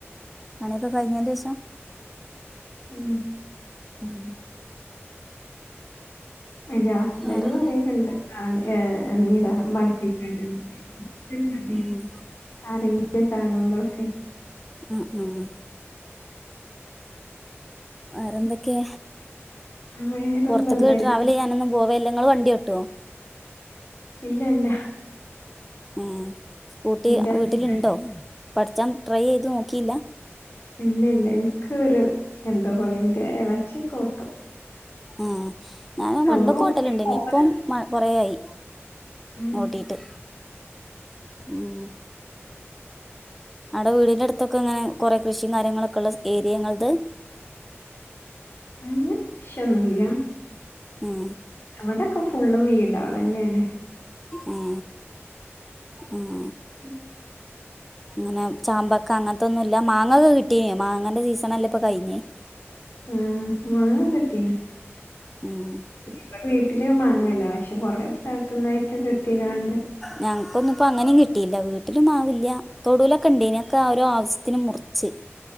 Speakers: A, in the centre; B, on the left.
A: പണിയൊക്കെ കഴിഞ്ഞേൻ്റേഷം.
B: ഉം
A: ഉം
B: ന്റെ ഹസ്ബൻഡ്
A: വേറെ
B: പറയലുണ്ട് ഏഹ് നീന്താൻ പഠിപ്പിക്ക്ണ്ട്ന്ന് ഒക്കെ ഇൻക്കൊരു മടിയാ
A: ഉം
B: ആരങ്കിലും കാണുമ്പളൊക്കെ
A: ആഹ് ആഹ് വേറെന്തൊക്കെ?
B: വേറെന്തൊന്നുമില്ല
A: പൊറ്ത്ത്ക്ക് ട്രാവലെയ്യാനൊന്നും പോവൽല്ലെ ഇങ്ങള് വണ്ടിയോട്ടോ?
B: ഇല്ല ഇല്ല.
A: ഏഹ് സ്കൂട്ടി
B: എന്റെ ഹസ്ബൻഡ്
A: വീട്ടിലുണ്ടോ പഠിച്ചാൻ ട്രൈയ്യെയ്ത് നോക്കീല്ല?
B: ഇല്ല ഇല്ല ഇൻക്കൊരു എന്തോപോലെ ഇന്റെ എളച്ചി ഒക്കോട്ടും.
A: ആഹ് ഞാൻ പണ്ടൊക്കെ
B: അവള് ഓട്ടി
A: ഓട്ടല്ണ്ടയ്നി
B: പോകലുണ്ട്
A: ഇപ്പം കൊറെ ആയി.
B: ഉം.
A: ഓട്ടീട്ട് ഉം. അവ്ടെ വീടിന്റെടുത്തൊക്കെങ്ങനെ കൊറേ കൃഷിം കാര്യങ്ങളൊക്കെള്ള ഏരിയങ്ങളത്?
B: അങ്ങനെ കൃഷിയൊന്നുല്ല.
A: ഉം
B: അവിടൊക്കെ ഫുള്ള് വീടാളഞ്ഞേണ്.
A: ഉം ഉം
B: ഉം
A: ഇങ്ങനെ ചാമ്പക്ക അങ്ങൻത്തൊന്നുല്ല മാങ്ങൊക്കെ കിട്ടീനോ? മാങ്ങന്റെ സീസണല്ലപ്പ കഴിഞ്ഞേ?
B: ആഹ് മാങ്ങക്കെ കിട്ടീനു.
A: ഉം
B: ഇവടെ വീട്ടില് മാങ്ങല്ല പക്ഷെ കൊറെ സ്ഥലത്ത്ന്നായിട്ട് കിട്ടിങ്ങാണ്ട്
A: ഞങ്ങക്കൊന്നുപ്പോ അങ്ങനെ കിട്ടിയില്ല വീട്ടിലും മാവില്ല. തൊടൂലൊക്ക്ണ്ടെയ്‌നി അതെക്കെ ഓരോ ആവസ്യത്തിന് മുറിച്ച്.